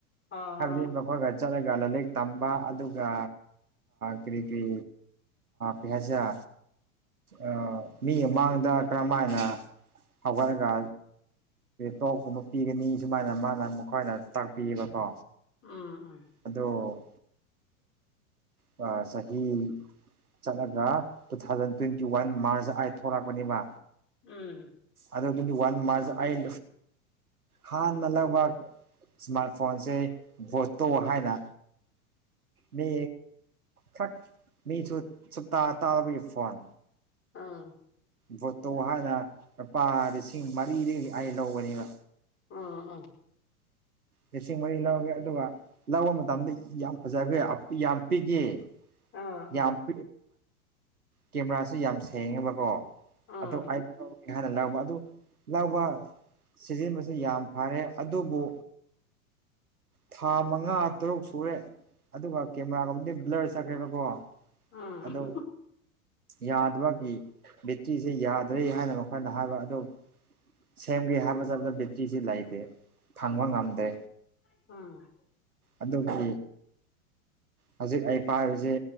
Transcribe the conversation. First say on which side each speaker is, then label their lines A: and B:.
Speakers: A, on the left (about 25°); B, on the right (about 85°).
A: ꯑꯥ
B: ꯍꯥꯏꯕꯗꯤ ꯃꯈꯣꯏꯒ ꯆꯠꯂꯒ ꯂꯥꯏꯔꯤꯛ ꯇꯝꯕ ꯑꯗꯨꯒ ꯀꯔꯤ ꯀꯔꯤ ꯀꯔꯤ ꯍꯥꯏꯁꯤꯔ ꯑ ꯃꯤ ꯃꯥꯡꯗ ꯀꯔꯝꯃꯥꯏꯅ ꯍꯧꯒꯠꯂꯒ ꯇꯣꯛꯀꯨꯝꯕ ꯄꯤꯒꯅꯤ ꯁꯨꯃꯥꯏꯅ ꯃꯥꯅ ꯃꯈꯣꯏꯗ ꯇꯥꯛꯄꯤꯌꯦꯕꯀꯣ
A: ꯎꯝ ꯎꯝ
B: ꯑꯗꯣ ꯑ ꯆꯍꯤ ꯆꯠꯂꯒ two thousand twenty one March ꯑꯥꯏ ꯊꯣꯛꯂꯛꯄꯅꯦꯕ
A: ꯎꯝ
B: ꯑꯗꯨ ꯇ꯭ꯋꯦꯟꯇꯤꯋꯥꯟ ꯃꯥꯁꯗ ꯑꯩ ꯍꯥꯟꯅ ꯂꯧꯕ ꯏꯁꯃꯥꯔꯠ ꯐꯣꯟꯁꯦ ꯕꯣꯇꯣ ꯍꯥꯏꯅ ꯃꯤ ꯈꯛ ꯃꯤꯁꯨ ꯁꯨꯇꯥ ꯇꯥꯗꯕꯒꯤ ꯐꯣꯟ
A: ꯑꯥ
B: ꯚꯣꯇꯣ ꯍꯥꯏꯅ ꯂꯨꯄꯥ ꯂꯤꯁꯤꯡ ꯃꯔꯤꯗꯒꯤ ꯑꯩ ꯂꯧꯒꯅꯦꯕ
A: ꯎꯝ ꯎꯝ
B: ꯂꯤꯁꯤꯡ ꯃꯔꯤ ꯂꯧꯒꯦ ꯑꯗꯨꯒ ꯂꯧꯕ ꯃꯇꯝꯗ ꯌꯥꯝ ꯐꯖꯈ꯭ꯔꯦ ꯑꯄꯤ ꯌꯥꯝ ꯄꯤꯒꯦ
A: ꯑꯥ
B: ꯌꯥꯝ
A: ꯑꯥ
B: ꯀꯦꯃꯦꯔꯥꯁꯨ ꯌꯥꯝ ꯁꯦꯡꯉꯦꯕꯀꯣ
A: ꯎꯝ
B: ꯑꯗꯣ ꯑꯩꯄꯥꯎ ꯍꯥꯟꯅ ꯂꯧꯎꯕ ꯑꯗꯨ ꯂꯧꯎꯕ ꯁꯤꯖꯤꯟꯕꯁꯤ ꯌꯥꯝ ꯐꯔꯦ ꯑꯗꯨꯕꯨ ꯊꯥ ꯃꯉꯥ ꯇꯔꯨꯛ ꯁꯨꯔꯦ ꯑꯗꯨꯒ ꯀꯦꯃꯦꯔꯥꯒꯨꯝꯕꯗꯤ ꯕ꯭ꯂꯔ ꯆꯠꯈ꯭ꯔꯦꯕꯀꯣ
A: ꯎꯝ
B: ꯑꯗꯨ ꯌꯥꯗꯕꯒꯤ ꯕꯦꯛꯇ꯭ꯔꯤꯁꯤ ꯌꯥꯗ꯭ꯔꯦ ꯍꯥꯏꯅ ꯃꯈꯣꯏꯅ ꯍꯥꯏꯕ ꯑꯗꯨ ꯁꯦꯝꯒꯦ ꯍꯥꯏꯕ ꯆꯠꯄ ꯕꯦꯇ꯭ꯔꯤꯁꯤ ꯂꯩꯇꯦ ꯐꯪꯕ ꯉꯝꯗꯦ
A: ꯎꯝ ꯎꯝ
B: ꯑꯗꯨꯗꯤ ꯍꯧꯖꯤꯛ ꯑꯩ ꯄꯥꯏꯔꯤꯁꯤ